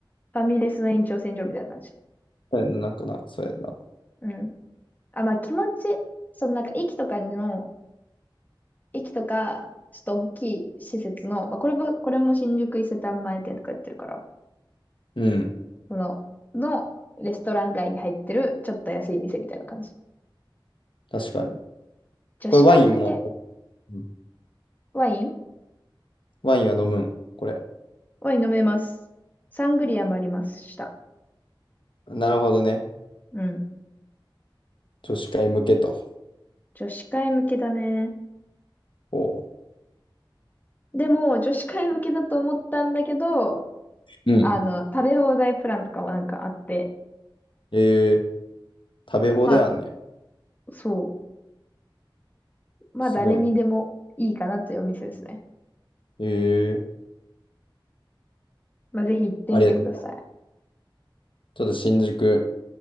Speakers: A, on the left; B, on the left.
A: ファミレスの延長線上みたいな感じ。
B: そうやな、なんかな、そうやな。
A: うん。あ、まあ気持ち、そのなんか駅とかの、駅とか、ちょっと大きい施設の、まあこれも、これも新宿伊勢丹前店とかやってるから、
B: うん、
A: その、のレストラン街に入ってる、ちょっと安い店みたいな感じ。
B: 確かに。
A: 女子会向け
B: これ、ワインも、うん
A: ワイン
B: ワインは飲むん、これ。
A: ワイン飲めます。サングリアもありました。
B: なるほどね。
A: うん。
B: 女子会向けと。
A: 女子会向けだね。
B: おう。
A: でも、女子会向けだと思ったんだけど、
B: うん。
A: あの、食べ放題プランとかもなんかあって、
B: えー、食べ放題あんねや。
A: まあ、そう。まあ、
B: すごい。
A: 誰にでもいいかなというお店ですね。
B: ええ
A: まあ、ぜひ行ってみてください。
B: ありがとう。ちょっと新宿